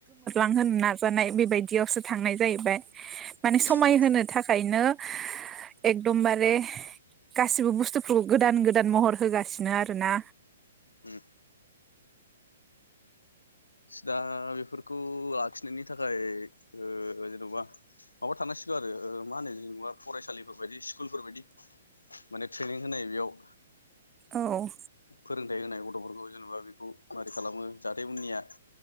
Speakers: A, on the right; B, on the left.
A: <unintelligible> नाजानाय बेबायदियावसो थांनाय जाहैबाय। माने समायहोनो
B: उम
A: थाखायनो एकदमबारे गासिबो बुस्तुफोरखौ गोदान गोदान महर होगासिनो आरोना।
B: उम दा बेफोरखौ उ आखिनायनि थाखाय ओ जेनबा माबा थांसिगौ आरो मा होनो जेनबा फरायसालिफोर बायदि स्कुलफोर बायदि माने ट्रेनिं होनो बेयाव
A: औ
B: फोरोंथाइ होनाय गथ'फोरखौ जेनेबा बेखौ मारै खालामो जाहाथे उननिया